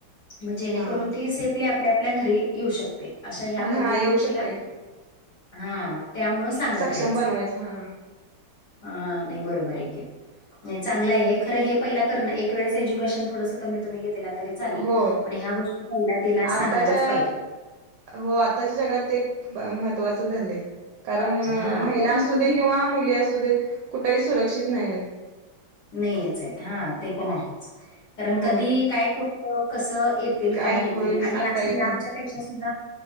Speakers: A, on the left; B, on the right.
A: मगं जेणेकरूंन
B: हा
A: ती सेफली आपल्यां आपल्यां घरी येऊं शकते अशा ह्यां
B: हा
A: पद्धतीने
B: हा येऊ
A: तिलां
B: शकते
A: हां त्यांमुळ सांगत
B: सक्षम
A: राहायचं
B: बनवायचं हा
A: हां नाहीं बरोबर आहे की चांगलं आहे खरं हे पहिले करणं एक वेळेस एज्युकेशन थोडंस कमी तुम्हीं गेलांत तरी चालेल
B: हो
A: पणं ह्यां गोष्टी पहिला तिलां सांगायला
B: आताच्या
A: चं पाहिजे
B: हो आंताच्या जगांत ते महत्वाचं झालंय कारणं
A: पाहिजे. हां,
B: महिला
A: कारण
B: असूं
A: मुलगी
B: दे किंवा मुली अंसू दे कुठेही सुरक्षित नाहीं आहेंतं
A: नाहींचं आहेतं हां ते पणं आहेचं कारणं
B: हो
A: कधीं कायं को कसं येतील
B: काय
A: कायं येतील
B: होईल
A: आणि
B: सांगता
A: असं
B: येत
A: लांबच्यांपेक्षा
B: नाही
A: सुद्धां